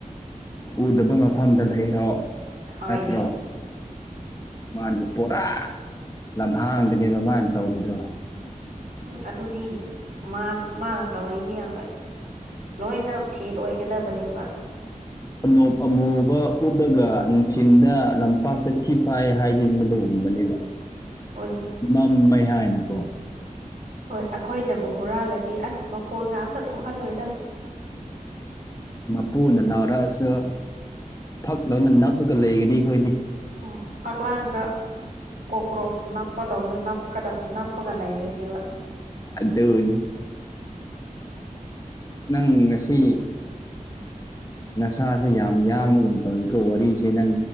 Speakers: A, on the left; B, on the right.
A: ꯎꯗꯕ ꯃꯐꯝꯗ ꯂꯩꯔꯣ
B: ꯍꯣꯏꯅꯦ
A: ꯅꯠꯇ꯭ꯔꯣ ꯃꯥꯗꯤ ꯄꯨꯔꯥ ꯂꯝꯍꯥꯡꯗꯅꯦꯕ
B: ꯎꯝ
A: ꯃꯥꯅ ꯇꯧꯔꯤꯗꯣ
B: ꯎꯝ ꯑꯗꯨꯗꯤ ꯃꯥ ꯃꯥꯅ ꯇꯧꯔꯤ ꯃꯤꯌꯥꯝꯗ ꯂꯣꯏꯅ ꯐꯦꯜ ꯑꯣꯏꯒꯗꯕꯅꯦꯕ
A: ꯑꯣꯅꯣꯞ ꯑꯃꯨꯕ ꯎꯞꯂꯒ ꯅꯨꯡꯊꯤꯟꯗ ꯂꯝꯄꯥꯛꯇ ꯊꯤ ꯐꯥꯏ ꯍꯥꯏꯖꯤꯟꯕꯗꯣ ꯒꯨꯝꯕꯅꯦꯕ
B: ꯑꯣꯏ
A: ꯃꯝ ꯃꯦ ꯍꯥꯏꯅꯀꯣ
B: ꯍꯣꯏ ꯑꯩꯈꯣꯏꯅꯕꯨ ꯍꯨꯔꯥꯜꯂꯗꯤ ꯑꯁ ꯃꯈꯣꯟꯒ ꯑꯝꯇ ꯊꯣꯛꯍꯜꯂꯣꯏꯗ
A: ꯃꯄꯨꯅ ꯂꯥꯎꯔꯛꯑꯁꯨ ꯎꯐꯛ ꯗꯧꯅ ꯅꯞꯂꯒ ꯂꯩꯒꯅꯤ ꯑꯩꯈꯣꯏꯗꯤ
B: ꯎꯝ ꯐꯛꯂꯥꯡꯗ ꯀꯣꯀ꯭ꯔꯣꯆ ꯅꯞꯄꯗꯧꯅ ꯅꯞꯀꯗꯕ ꯅꯄꯒ ꯂꯩꯗꯨꯏꯅꯦꯕ
A: ꯑꯗꯨꯅꯤ ꯅꯪ ꯉꯁꯤ ꯅꯁꯥꯁꯦ ꯌꯥꯝ ꯌꯥꯡꯕꯒꯨꯝ ꯇꯧꯋꯤꯀꯣ ꯋꯥꯔꯤꯁꯦ ꯅꯪ